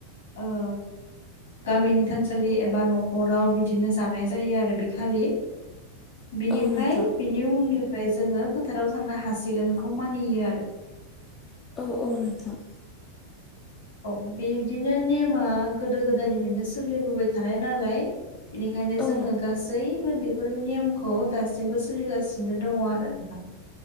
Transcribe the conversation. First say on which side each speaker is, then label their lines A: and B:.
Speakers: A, on the left; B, on the left.
A: ओ गामिनि थानसालि एबा न'खराव बिदिनो जानाय जायो आरो बि खालि। बिनिफ्राय
B: औ नोंथां
A: बिनि उननिफ्राय जोङो फोथाराव थांनो हासिगोनखौ मानियो आरो।
B: औ औ नोंथां।
A: औ बिदिनो नेमा गोदो गोदायनिफ्रायनो सोलिबोबाय थानाय नालाय। बेनिखायनो
B: औ
A: जोङो गासैबो बे बेफोरनि नियमखौ दासिमबो सोलिगासिनो दङ आरो दा।